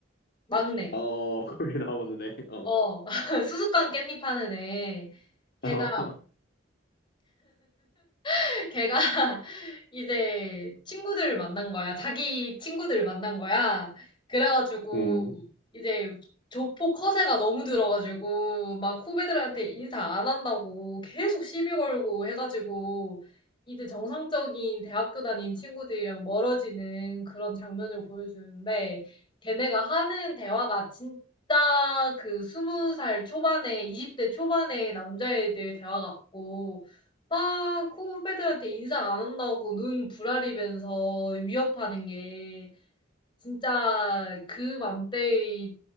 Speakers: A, on the left; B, on the left.
A: 막내.
B: 어, <laughs> 거기 나오는 애. 어.
A: 어. <laughs> 수수깡 깻잎 하는 애. 걔가
B: <laughs> 어.
A: <laughs> 걔가 <laughs> 이제 친구들을 만난 거야. 자기 친구들을 만난 거야. 그래가지고
B: 음.
A: 이제 조폭 허세가 너무 들어가지고 막 후배들한테 인사 안 한다고 계속 시비 걸고 해가지고 이제 정상적인 대학교 다닌 친구들이랑 멀어지는 그런 장면을 보여주는데 걔네가 하는 대화가 진짜 그 스무 살 초반에 20대 초반의 남자애들 대화 같고 막 후배들한테 인사 안 한다고 눈 부라리면서 위협하는 게 진짜 그 맘때의